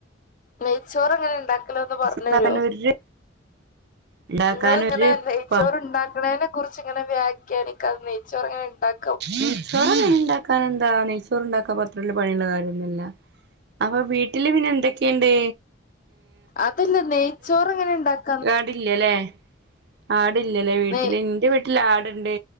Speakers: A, on the left (about 40°); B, on the right (about 55°).
A: നെയ്ച്ചോർ എങ്ങനെ ഉണ്ടാക്കല്ഒന്ന് പറഞ്ഞെരോ?
B: ഉണ്ടാക്കാൻ ഒരു ഉണ്ടാക്കാൻ
A: ഇങ്ങള് ഇങ്ങനെ
B: ഒരു
A: നെയ്ച്ചോർ
B: പ
A: ഇണ്ടാക്ക്ണീനെ കുറിച്ച്ങ്ങനെ വ്യാഖ്യാനിക്കാതെ നെയ്ച്ചോറങ്ങനെണ്ടാക്
B: നെയ്ച്ചോറ് ഉണ്ടാക്കാൻ എന്താ നെയ്ച്ചോറ് ഉണ്ടാക്കാപ്പത്രല്ല പണിള്ള കാര്യൊന്നൊല്ല. അപൊവീട്ടില് പിന്നെന്തൊക്കെണ്ട്.
A: അതല്ല നെയ്ച്ചോറങ്ങനെ ഇണ്ടാക്ക്
B: ആടില്ലലേ, ആടില്ലലേ വീട്ടില്.
A: നെയ്
B: എന്റെ വീട്ട് ല് ആട്ണ്ട്.